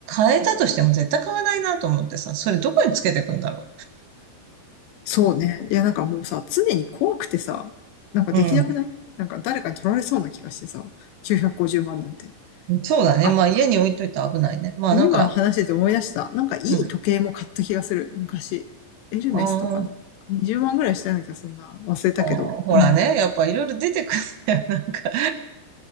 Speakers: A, on the right (about 75°); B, on the left (about 80°).
A: 変えたとしても絶対買わないなと思ってさ、それどこにつけていくんだろ
B: そうね。いや、なんかもうさ、常に怖くてさ、なんかできなくないなんか誰かに取られそうな気がしてさ、
A: う。う
B: 950万なんて。
A: ん。そうだね。
B: あ、
A: まあ家に置いといて危ないね。まあなんか、
B: 今話してて思い出した。なんかいい時計も買った気がする。
A: うん。
B: 昔。エルメスとかの。
A: あー
B: 20万ぐらいしたような気がするな。忘れたけど。
A: あー、ほらね、
B: うん。
A: やっぱいろいろ出てくるんだよ。<laughs> なんか、